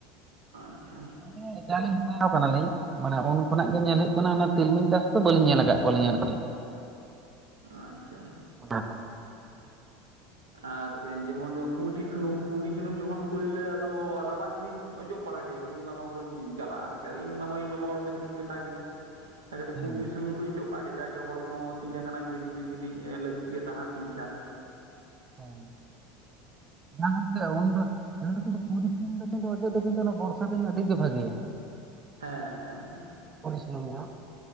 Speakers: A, on the right (about 75°); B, on the right (about 25°).
A: ᱟᱪᱪᱷᱟ
B: <unintelligible> ᱦᱟᱨᱟ ᱠᱟᱱᱟᱞᱤᱧ ᱢᱟᱱᱮ ᱩᱱ ᱠᱷᱚᱱᱟᱜ ᱜᱮ ᱧᱮᱞ ᱦᱩᱭᱩᱜ ᱠᱟᱱᱟ ᱚᱱᱟ ᱛᱤᱞᱢᱤᱧ ᱪᱟᱥ ᱵᱟᱹᱞᱤᱧ ᱧᱮᱞ ᱟᱠᱟᱫ ᱠᱚᱣᱟᱞᱤᱧ ᱟᱨᱠᱤ
A: ᱟᱪᱪᱷᱟ
B: <unintelligible>
A: ᱟᱨ ᱡᱮᱢᱚᱱ ᱠᱩᱰᱤ ᱥᱩᱱᱩᱢ ᱠᱩᱰᱤ ᱡᱩᱱᱩᱢ ᱡᱚᱠᱷᱚᱱ ᱯᱟᱹᱭᱭᱞᱟᱹ ᱟᱫᱚ ᱨᱟᱵᱟᱝ ᱫᱤᱱ ᱫᱩᱧ ᱚᱡᱚᱜ ᱵᱟᱲᱟ ᱠᱮᱫ ᱡᱚᱠᱷᱚᱱ ᱤᱧ ᱢᱟᱢᱟ ᱦᱚᱨᱚᱧ ᱪᱟᱞᱟᱜᱼᱟ ᱤᱧ ᱢᱟᱢᱟ ᱤᱧ ᱢᱟᱢᱟ ᱜᱚᱲᱚᱢ ᱛᱟᱹᱠᱤᱧ ᱢᱮᱛᱟ ᱠᱤᱱᱟ <unintelligible>
B: ᱦᱮᱸ
A: ᱠᱩᱭᱰᱤ ᱥᱩᱱᱩᱢ ᱠᱚᱧ ᱚᱡᱚᱜ ᱠᱟᱜ ᱜᱮ ᱡᱟᱜᱮ ᱦᱚᱲᱢᱚ ᱛᱤ ᱡᱟᱸᱜᱟᱨᱮᱱᱟ ᱡᱤᱞ ᱡᱩᱫᱤ ᱠᱟᱹᱴᱤᱡ ᱞᱟᱹᱵᱤᱫ ᱜᱮ ᱛᱟᱦᱮᱱ ᱛᱤᱧ ᱠᱷᱟᱱ
B: <unintelligible> ᱢᱮᱱᱟᱠᱩ <unintelligible> ᱚᱡᱚᱜ ᱫᱚ ᱠᱤᱱᱛᱩ ᱚᱱᱟ ᱵᱚᱨᱥᱟ ᱫᱤᱱ ᱟᱹᱰᱤᱜ ᱜᱮ ᱵᱷᱟᱜᱮᱭᱟ
A: ᱦᱮᱸ ᱦᱮᱸ ᱦᱮᱸ
B: <unintelligible>